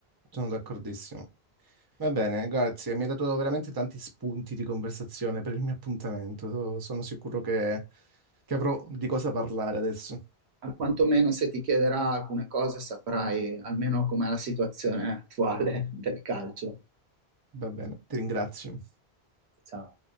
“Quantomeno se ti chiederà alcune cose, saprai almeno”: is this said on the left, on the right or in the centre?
Right